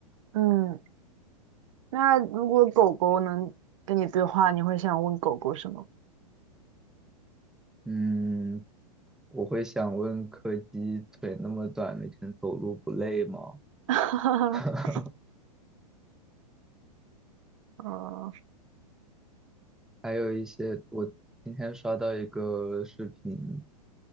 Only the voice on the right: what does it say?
嗯，那如果狗狗能跟你对话，你会想问狗狗什么？
<laughs>
嗯